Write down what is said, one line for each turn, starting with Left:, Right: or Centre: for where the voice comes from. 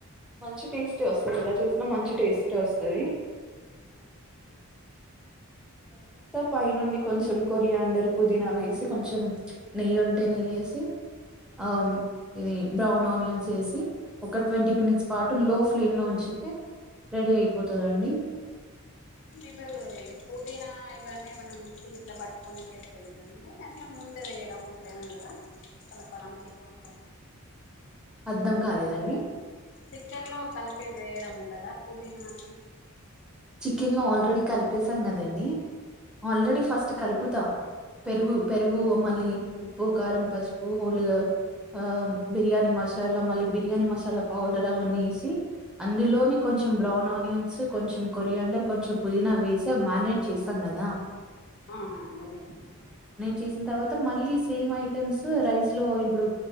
Centre: మంచి టేస్ట్ వస్తది ఎలా చేసినా మంచి టేస్ట్ వస్తది
Left: మ స్క
Centre: పై నుండి కొంచెం కొరియండరు పుదీనా వేసి కొంచెం నెయ్యి ఉంటే నెయ్యేసి ఆ ఇది బ్రౌన్ ఆనియాన్స్ ఎసి ఒక ట్వంటీ మినిట్స్ పాటు లో ఫ్లేమ్ లోంచి రెడీ అయిపోతదండి
Left: చిందిపు ఈ పుదీనా ఇవన్నీ ఏమైనా మిక్సి ఇట్లా పట్టుకోని చేసుకోకూడదా అండి అట్లా ముందే వేయడం అట్లేఏముండద కలపడం చికెన్లో
Centre: అర్ధం కాలేదండి
Left: చికన్లో కలిపి వేయడం ఉండదా పుదీనాలా
Centre: చికెన్ లో ఆల్రెడీ కలిపేసాం కదండి ఆల్రెడీ ఫస్ట్ కలుపుతాం పెరుగు పెరుగు మళ్ళీ ఉప్పు కారం పసుపు హోలుగా ఆ బిర్యానీ మసాలా మళ్ళీ బిర్యానీ మసాలా పౌడర్ అవన్నీ ఏసి అందులోనే కొంచెం బ్రౌన్ ఆనియన్స్ కొంచెం కొరియాండర్ కొంచెం పుదీనా వేసి అవి మ్యారినేట్ చేస్తాం కదా
Left: అవునండి
Centre: చేసిన తర్వాత మళ్ళీ సేమ్ ఐటమ్స్ రైస్ లో ఇప్పుడు